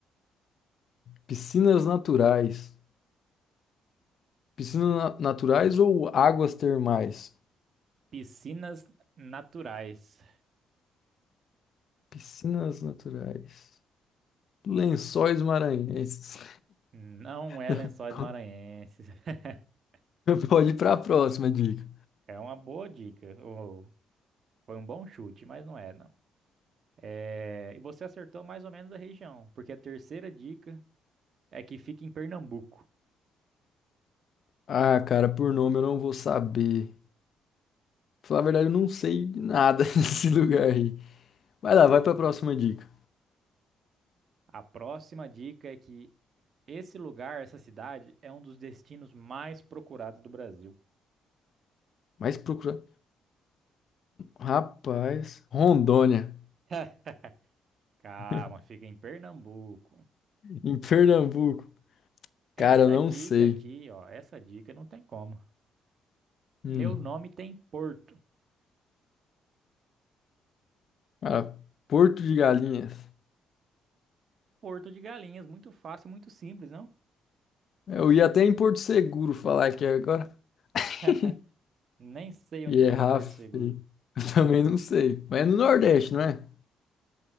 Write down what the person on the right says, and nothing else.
Piscinas naturais.
Não é
Lençóis Maranhenses. <laughs>
É uma boa dica. ou Foi um bom chute, mas não é, não. É, E você acertou mais ou menos a região, porque a terceira dica é que fica em Pernambuco.
A próxima dica é que esse lugar, essa cidade, é um dos destinos mais procurados do Brasil.
<laughs> Calma,
fica em Pernambuco.
Essa
dica
aqui, ó, essa dica não tem como.
Meu nome tem Porto.
Porto de Galinhas, muito fácil, muito simples, não?
<laughs> Nem sei
onde fica
Porto
Seguro.